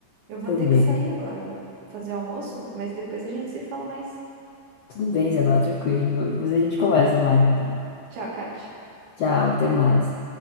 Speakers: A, on the right (about 90°); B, on the left (about 80°).
A: Eu vou
B: também.
A: ter que sair agora, eu vou fazer almoço, mas depois a gente se fala mais.
B: Tudo bem, Isabela, tranquilo, viu? Depois a gente conversa mais, então.
A: Tchau, Kati.
B: Tchau, até mais.